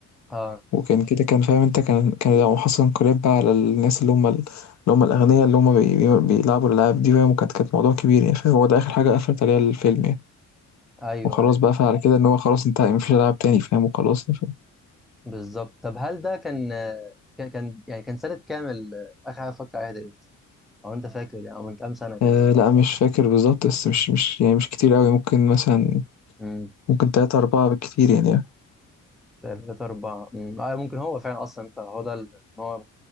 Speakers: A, in the centre; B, on the left.
A: اه
B: وكان كده كان فاهم انت كان كان لو حصل انقلاب بقى على الناس اللي هم ال- اللي هم الاغنياء اللي هم بي بي بيلعبوا الالعاب دي فاهم وكانت كانت موضوع كبير يعني فاهم هو ده اخر حاجه قفلت عليها الفيلم يعني
A: ايوه
B: وخلاص
A: ايوه
B: بقى فعلى كده ان هو خلاص انتهى يعني مفيش العاب تاني فاهم وخلاص يعني فاهم
A: بالظبط طب هل ده كان آه، كان كان- يعني كان سنه كامل اخر حاجه اتفرجت عليها ده او انت فاكر يعني او من كام سنه كده
B: آه لا مش فاكر بالظبط بس مش مش يعني مش كتير قوي ممكن مثلا
A: امم
B: ممكن تلاتة أربعة بالكتير يعني يعني.
A: تلاتة أربعة امم آه ممكن هو فعلا أصلا فهو ده ال- هو